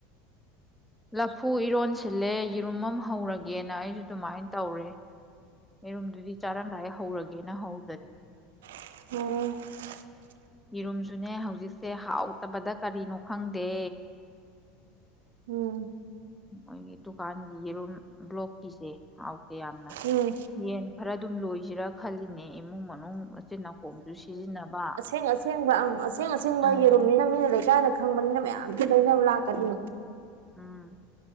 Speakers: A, in the centre; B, on the right.
A: ꯂꯐꯨ ꯏꯔꯣꯟꯁ ꯁꯤꯜꯂꯦ ꯌꯦꯔꯨꯝ ꯑꯃ ꯍꯧꯔꯒꯦ ꯌꯦꯦꯅ ꯑꯩꯁꯨ ꯑꯗꯨꯃꯥꯏꯅ ꯇꯧꯔꯦ ꯑꯩꯔꯨꯝꯗꯨꯗꯤ ꯆꯥꯔꯝꯗꯥꯏ ꯍꯧꯔꯒꯦꯅ ꯍꯧꯖꯔꯤ
B: ꯑꯣ
A: ꯌꯦꯔꯨꯝꯁꯨꯅꯦ ꯍꯧꯖꯤꯛꯁꯦ ꯍꯥꯎꯇꯕꯗ ꯀꯔꯤꯅꯣ ꯈꯪꯗꯦ
B: ꯎꯝ
A: ꯃꯣꯏꯒꯤ ꯗꯨꯀꯥꯟꯒꯤ ꯑꯗꯨꯨꯝ ꯕ꯭ꯂꯣꯛꯀꯤꯁꯦꯥꯎ ꯌꯥꯝꯅ
B: ꯎꯝ
A: ꯌꯦꯟ ꯈꯔ ꯑꯗꯨꯝ ꯂꯣꯏꯁꯤꯔꯥ ꯈꯜꯂꯤꯅꯦ ꯏꯃꯨꯡ ꯃꯅꯨꯡ ꯁꯤ ꯅꯥꯀꯣꯝꯁꯨ ꯁꯤꯖꯤꯟꯅꯕ
B: ꯑ ꯑꯁꯦꯡꯕ ꯑꯁꯦꯡ ꯑꯁꯦꯡꯕ
A: ꯎꯝ
B: ꯌꯦꯔꯨꯝꯅꯤꯅ ꯃꯤꯅ ꯂꯩꯀꯥꯏꯗ ꯈꯪꯕꯅꯤꯅ ꯃꯌꯥꯝ ꯑꯗꯨ ꯂꯩꯅꯕꯨꯂ ꯀꯅꯤ
A: ꯎꯝ ꯎꯝ